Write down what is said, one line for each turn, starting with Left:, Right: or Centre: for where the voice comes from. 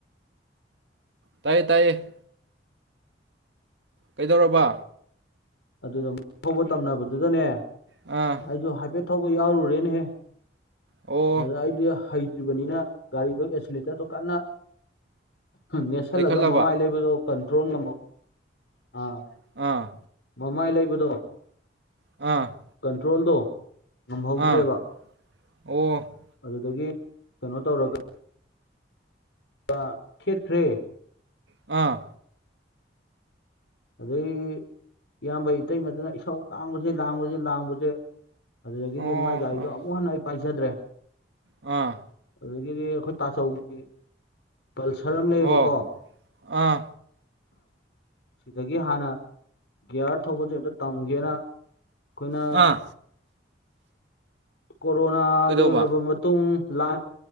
Right: ꯇꯥꯏꯌꯦ ꯇꯥꯏꯌꯦ ꯀꯩꯗꯧꯔꯕ
Left: ꯑꯗꯨꯗ ꯍꯧꯕ ꯇꯝꯅꯕꯗꯨꯗꯅꯦ
Right: ꯑꯥ
Left: ꯑꯩꯖꯨ ꯍꯥꯏꯐꯦꯠ ꯊꯧꯕ ꯌꯥꯎꯔꯨꯔꯦꯅꯦꯍꯦ
Right: ꯑꯣ
Left: ꯑꯗꯨꯗ ꯑꯩꯗꯤ ꯍꯩꯇ꯭ꯔꯤꯕꯅꯤꯅ ꯒꯥꯔꯤꯗꯣ ꯑꯦꯁꯤꯂꯦꯇꯔꯗꯣ ꯀꯟꯅ ꯅꯦꯁ ꯁꯜꯂꯒ
Right: ꯂꯩꯈꯠꯂꯕ
Left: ꯃꯃꯥꯏ ꯂꯩꯕꯗꯣ ꯀꯟꯇ꯭ꯔꯣꯜ ꯉꯝꯃꯛ ꯑꯥ
Right: ꯑꯥ
Left: ꯃꯃꯥꯏ ꯂꯩꯕꯗꯣ
Right: ꯑꯥ
Left: ꯀꯟꯇ꯭ꯔꯣꯜꯗꯣ ꯉꯝꯍꯧꯗ꯭ꯔꯦꯕ
Right: ꯑꯥ ꯑꯣ
Left: ꯑꯗꯨꯗꯒꯤ ꯀꯩꯅꯣ ꯇꯧꯔꯒ ꯄ ꯈꯦꯠꯈ꯭ꯔꯦ
Right: ꯑꯥ
Left: ꯑꯗꯩ ꯏꯌꯥꯝꯕ ꯏꯇꯩꯃꯗꯨꯅ ꯏꯁꯧ ꯂꯥꯡꯕꯖꯤ ꯂꯥꯡꯕꯖꯤ ꯂꯥꯡꯕꯖꯤ ꯑꯗꯨꯗꯒꯤꯗꯤ
Right: ꯑꯣ
Left: ꯃꯥꯏ ꯒꯥꯔꯤꯗꯣ ꯑꯃꯨꯛ ꯍꯟꯅ ꯑꯩ ꯄꯥꯏꯖꯗ꯭ꯔꯦ
Right: ꯑꯥ
Left: ꯑꯗꯒꯤꯗꯤ ꯑꯩꯈꯣꯏ ꯇꯥꯆꯧꯒꯤ ꯄꯜꯁꯔ ꯑꯝ ꯂꯩꯌꯦꯕꯀꯣ
Right: ꯍꯣ ꯑꯥ
Left: ꯁꯤꯗꯒꯤ ꯍꯥꯟꯅ ꯒꯤꯌꯥꯔ ꯊꯧꯕꯁꯦ ꯑꯝꯇ ꯇꯝꯒꯦꯅ ꯑꯩꯈꯣꯏꯅ
Right: ꯑꯥ
Left: ꯀꯣꯔꯣꯅꯥ
Right: ꯀꯩꯗꯧꯕ
Left: ꯂꯣꯏꯒ꯭ꯔꯕ ꯃꯇꯨꯡ ꯂꯥꯟ